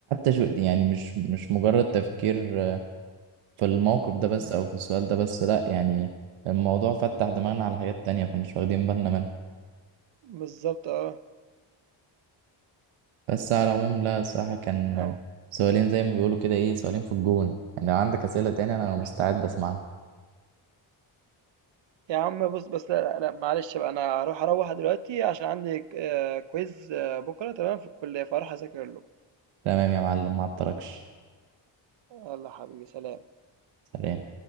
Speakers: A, on the right; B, on the right.
A: شو يعني مش مش مجرد تفكير آه، في الموقف ده بس
B: إمم،
A: او في السؤال ده بس لا يعني الموضوع فتح دماغنا على حاجات تانية كناش واخدين بالنا منها
B: بالضبط آه،
A: بس على العموم لا الصراحة كان
B: آه.
A: سؤالين زي ما بيقولوا كده ايه سؤالين في الجون يعني لو عندك أسئلة تاني أنا
B: <laughs>
A: مستعد أسمعها
B: يا عم بُص بس لأ، لأ، لا معلش بقى أنا هاروح أروّح دلوقتي عشان عندي ك آآ quiz آه، بُكرة تمام؟ في الكلية فهاروح أذاكر له.
A: تمام يا معلم ما أعطلكش
B: يالّا حبيبي سلام.
A: سلام